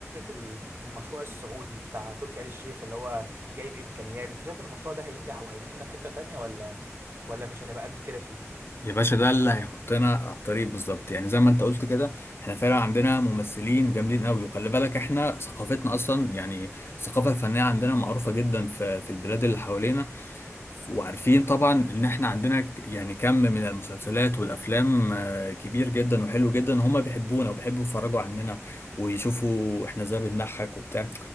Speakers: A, on the right (about 45°); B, on the left (about 50°).
A: ال- المشروع السعودي بتاع تركي آل الشيخ اللي هو جايب امكانيات انت شايف ان المشروع ده هينجح وهينقلنا في حتة تانية ولا ولا مش هنبقى قد كده فيه
B: يا باشا ده اللي هيحطنا على الطريق بالظبط يعني زي ما انت قلت كده احنا فعلا عندنا ممثلين جامدين قوي وخلي بالك احنا ثقافتنا اصلا يعني الثقافه الفنيه عندنا معروفه جدا في في البلاد اللي حوالينا وعارفين طبعا ان احنا عندنا ك- يعني كم من المسلسلات والافلام آه، كبير جدا وحلو جدا هما بيحبونا وبيحبوا يتفرجوا عننا ويشوفوا احنا ازاي بنضحك وبتاع